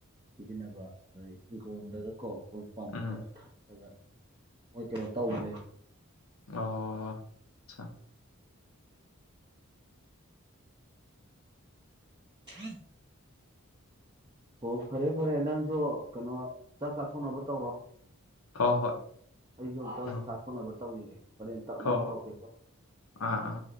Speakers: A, on the right (about 20°); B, on the left (about 80°).
A: ꯁꯤꯖꯤꯟꯅꯕ ꯑꯗꯩ ꯍꯤꯡꯈꯣꯜꯗꯒꯀꯣ ꯑꯩꯈꯣꯏ ꯄꯝ
B: ꯎꯝ
A: ꯊꯂꯒ ꯃꯣꯏ ꯀꯩꯅꯣ ꯇꯧꯕꯅꯦ
B: ꯑꯣꯆꯥ
A: ꯍꯥ ꯍꯣ ꯐꯔꯦ ꯐꯔꯦ ꯅꯪꯁꯨ ꯀꯩꯅꯣ ꯆꯥꯛ ꯆꯥꯊꯣꯛꯅꯕ ꯇꯧꯔꯣ
B: ꯍꯣꯏ ꯍꯣꯏ
A: ꯑꯩꯁꯨ ꯑꯝꯇꯪ
B: ꯎꯝ
A: ꯆꯥ ꯊꯣꯟꯅꯕ ꯇꯧꯔꯤꯒꯦ ꯍꯣꯔꯦꯟ ꯇꯞꯅꯎ
B: ꯍꯣꯏ ꯍꯣꯏ
A: ꯇꯧꯒꯦꯀꯣ
B: ꯑꯥ ꯑꯥ